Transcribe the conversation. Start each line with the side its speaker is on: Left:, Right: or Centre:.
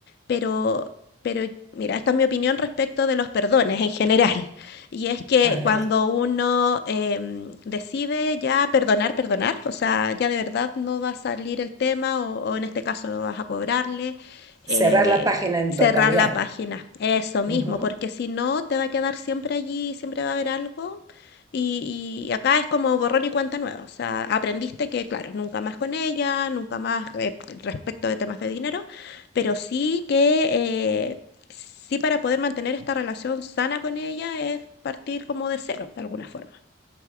Left: pero, pero mira, esta es mi opinión respecto de los perdones en general. <laughs> Y es que
Right: A ver,
Left: cuando uno eh, decide ya perdonar, perdonar, o sea, ya de verdad no va a salir el tema o, o en este caso no vas a cobrarle, eh,
Right: cerrar la página en
Left: cerrar
Right: totalidad.
Left: la página, eso mismo,
Right: Ujú.
Left: porque si no te va a quedar siempre allí, siempre va a haber algo. Y, y acá es como borrón y cuenta nueva, o sea, aprendiste que, claro, nunca más con ella, nunca más eh, respecto de temas de dinero pero sí que eh, sí para poder mantener esta relación sana con ella es partir como de cero, de alguna forma.